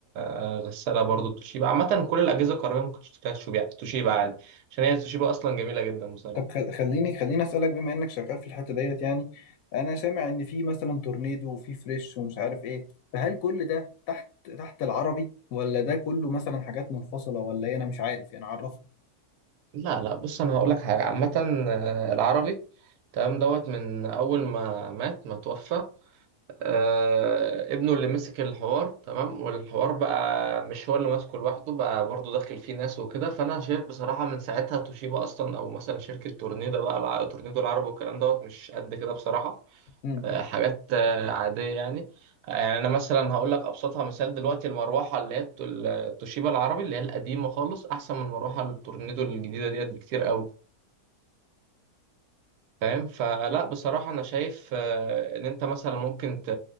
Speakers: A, on the right; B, on the left.
A: آه، غسالة برضو توشيبا عامة كل الأجهزة الكهربائية ممكن تشتريها توشيبا توشيبا عادي عشان هي توشيبا أصلا جميلة جدا بصراحة
B: طب خ- خليني خليني اسالك بما انك شغال في الحته ديت يعني انا سامع ان في مثلا تورنيدو وفي فريش ومش عارف ايه فهل كل ده تحت تحت العربي ولا ده كله مثلا حاجات منفصله ولا ايه انا مش عارف يعني عرفني
A: لا لا بص أنا هقول لك حاجة عامة آه، العربي تمام دوت من أول ما مات ما توفى آه، ابنه اللي مسك الحوار تمام والحوار بقى مش هو اللي ماسكه لوحده بقى برضو داخل فيه ناس وكده فأنا شايف بصراحة من ساعتها توشيبا أصلا أو مثلا شركة تورنيدو بقى الع- تورنيدو العربي والكلام دوت مش قد كده بصراحة
B: مم.
A: آه، حاجات آه، عادية يعني آه، يعني أنا مثلا هقول لك أبسطها مثال دلوقتي المروحة اللي هي التو- التوشيبا العربي اللي هي القديمة خالص أحسن من المروحة التورنيدو الجديدة ديت بكتير قوي فاهم فلا بصراحة أنا شايف آه، إن أنت مثلا ممكن ت-